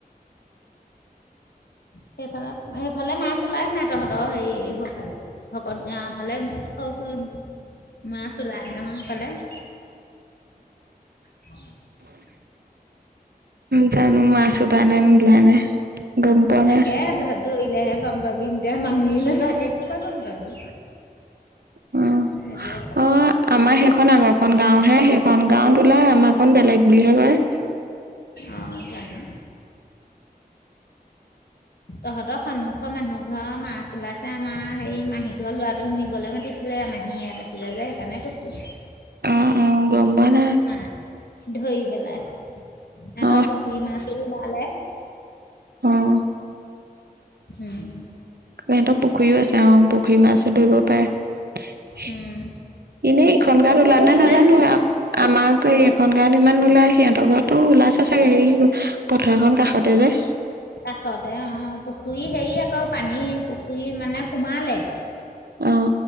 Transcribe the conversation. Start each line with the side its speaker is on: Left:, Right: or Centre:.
Left: সেইফালে সেইফালে মাছ ওলাই ন নাই তহঁতৰ হেৰি সেইফালে ভকত গাঁও ফালে ক <inaudible> ম চল নহা কলে অ <unintelligible>
Right: জানো মাছো পাই নে গম পোৱা
Left: তাকে
Right: নাই
Left: ধৰিলেহে গম পাবি এতিয়া মানুহে নাথাকে ক'বা গম পাবি
Right: অ
Left: সেইটো
Right: অ আমাৰ সেইখন আগৰখন গাও হে সেইখন গাঁওত ওলাই আমাৰ খন বেলেগ দুই হেজাৰ
Left: আহ জানো। তহঁতৰ সন্মুখৰ মানুহ ঘৰৰ মাছ ওলাইছে আমাৰ সেই মাহী ঘৰ লৰাটোক শুনিবলৈ মাতিছিল দে মাহী ইয়াক আছিলে যে সেইকাৰণে কৈছো
Right: অ অ গম পাওনে।
Left: মা- ধৰি পেলাই হেতৰ
Right: অ
Left: পুখুৰী মাছো ওলালে
Right: অহ
Left: হম
Right: সিহঁতক পুখুৰীও আছে অহ পুখুৰী মাছো ধৰিব পাৰে
Left: উম।
Right: এনেই ইখন গাত
Left: পুখুৰী
Right: ওলা নে নাজানো
Left: মাছ
Right: আমাক এই এইখন গ <unintelligible> ইমান নোলাই সিহঁতৰ ঘৰতো ওলাইছে চাগে সেই পথাৰখন কাষতে যে
Left: কাষতে অ পুখুৰী হেৰি আকৌ পানী পুখুৰী মানে সোমালে।
Right: অ